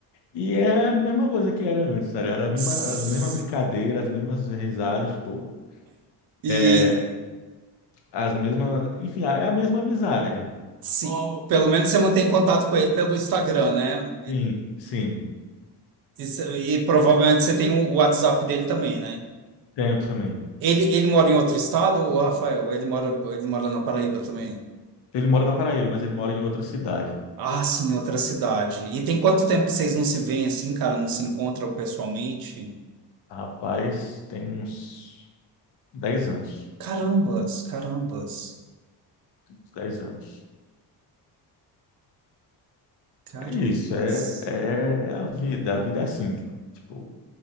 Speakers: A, on the left (about 80°); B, on the right (about 60°).
A: e é a mesma coisa que era antes, sabe? Era as mesmas,
B: S-
A: as mesmas brincadeiras, as mesmas risadas, pô.
B: E
A: É, as mesmas, enfim, é a mesma amizade.
B: sim, pelo menos você mantém contato com ele pelo Instagram, né?
A: Sim, sim,
B: Isso- e provavelmente você tem o WhatsApp dele também, né?
A: tenho também.
B: Ele, ele mora em outro estado, o Rafael? Ele mora, ele mora na Paraíba também?
A: Ele mora na Paraíba, mas ele mora em outra cidade.
B: Ah, sim, outra cidade. E tem quanto tempo que vocês não se veem assim, cara? Não se encontram pessoalmente?
A: Rapaz, tem uns 10 anos.
B: Carambas, carambas,
A: uns 10 anos.
B: carambas.
A: É isso, é, é é a vida, a vida é assim, tipo,